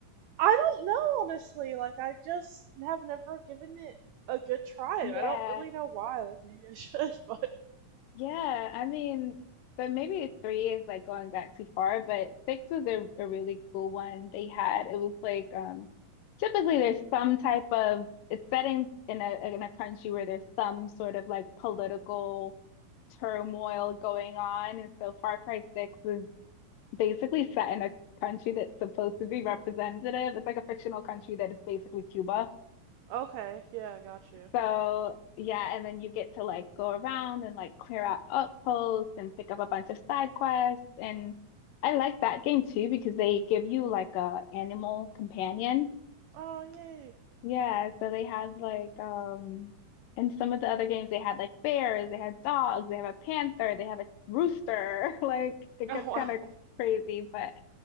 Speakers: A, on the right (about 90°); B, on the left (about 85°).
A: don't know honestly, like I just have never given it a good try
B: <laughs> Yeah.
A: and I don't really know why. Like maybe I should, <laughs> but
B: Yeah, I mean, but maybe three is like going back too far, but six was a, a really cool one they had. It was like um typically there's some type of it's set in in a in a country where there's some sort of like political turmoil going on. And so Far Cry 6 is basically set in a country that's supposed to be representative. It's like a fictional country that is basically Cuba.
A: okay, yeah, I got you.
B: So yeah, and then you get to like go around and like clear out outposts and pick up a bunch of side quests. And I like that game too because they give you like a animal companion.
A: Oh yay. <laughs>
B: Yeah, so they had like um in some of the other games they had like bears, they had dogs, they have a panther, they have a rooster. <laughs> Like it
A: Oh
B: gets
A: wow.
B: kind of crazy, but